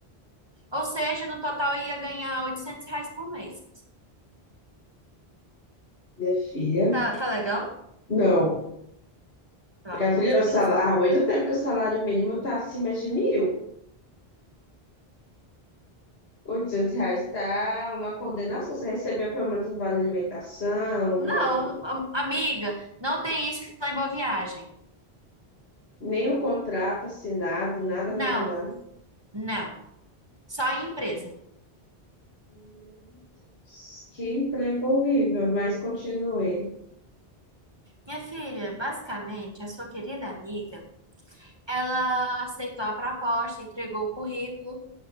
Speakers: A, on the right; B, on the left.
A: Ou seja, no total eu ia ganhar 800 reais por mês.
B: Minha filha?
A: Tá, tá legal?
B: Não.
A: Pelo
B: Minha
A: amor
B: filha,
A: de
B: o
A: Deus.
B: salário... há muito tempo que o salário mínimo está acima de mil. oitocentos reais está uma condenação. Você recebia pelo menos um vale alimentação,
A: Não,
B: um vale...
A: am- amiga, não tem isso lá em Boa Viagem.
B: nenhum contrato assinado, nada,
A: Não,
B: nada, nada.
A: não. Só em empresa.
B: Meu Deus, Que emprego horrível, mas continue.
A: Minha filha, basicamente, a sua querida amiga, ela aceitou a proposta, entregou o currículo.